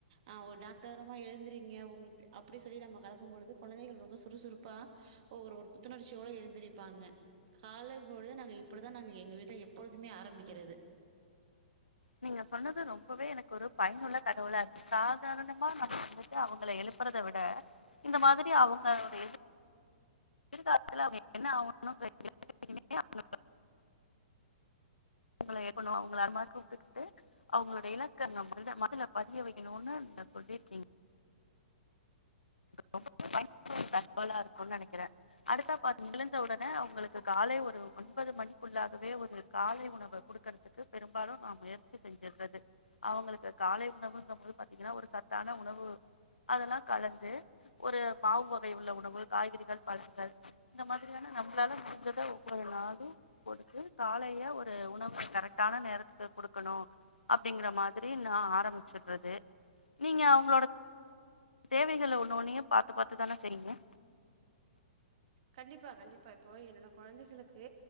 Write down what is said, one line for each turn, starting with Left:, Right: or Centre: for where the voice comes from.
Right: அ ஒ டாக்டர்ரம்மா எழுந்துறீங்க உங்ளுக்கு அப்டி சொல்லி நம்ம கலப்பம் பொழுது கொழந்தைள் ரொம்ப சுறுசுறுப்பா ஒவ்வொரு ஒர் புத்துணர்ச்சியோட எழுந்துரிப்பாங்க காலை பொழுது நாங்க இப்புடி தா நாங்க எங்க வீட்ல எப்பொழுதுமே ஆரமிக்கிறது
Left: நீங்க சொன்னது ரொம்பவே எனக் ஒரு பயனுள்ள தகவலார் சாதாரணமா வந்துட்டு அவங்கள எழுப்புறத விட இந்த மாதுரி அவங்களோட எது எதுர்காலத்துல அவுங்க ஆவுனு <inaudible> உங்கள ஏக்கனு அவுங்கள அந்மார் கூப்ட்டுகுட்டு அவுங்லோட இலக்க <inaudible> பதிய வக்கணுன்னு ந சொல்லிர்க்கீங்க ரொம்ப பயனுள்ள தகவலா இருக் னு நினைக்கிறே அடுத்தா பாத்தீங் ள <inaudible> <unintelligible> அவங்களுக்கு காலை ஒரு ஒன்பது மணி க்குள்ளாகவே ஒரு காலை உணவ குடுக்கரத்துக்கு பெரும்பாலு நா முயற்சி செஞ்சிட்றது அவங்களுக்கு காலை உணவுங்கம்போது பாத்தீங்கன்னா ஒரு சத்தான உணவு அதெல்லா கலந்து ஒரு மாவு வகை உள்ள உணவு காய்கறிகள் பழங்கள் இந்த மாதிரியான நம்ளால முடிஞ்சதை ஒவ்வொரு நாளும் கொடுத்து காலைய ஒரு உணவு கரெக்டான நேரத்துக்கு குடுக்ணு அப்படிங்கற மாதிரி நான் ஆரம்பிச்சுட்றது நீங்க அவங்ளோட தேவைகள ஒன்னு ஒன்னயு பாத்து பாாத்துதான செய்ரிங்க
Right: கண்டிப்பா கண்டிப்பா இப்போ என்னோட கொழந்தைகளுக்கு